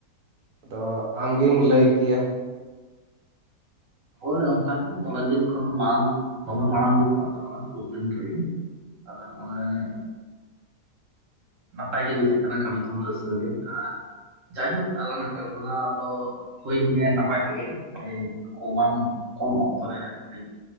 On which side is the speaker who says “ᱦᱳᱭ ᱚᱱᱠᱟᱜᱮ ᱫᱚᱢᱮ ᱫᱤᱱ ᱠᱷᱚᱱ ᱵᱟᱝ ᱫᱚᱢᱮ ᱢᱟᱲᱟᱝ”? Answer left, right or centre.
Right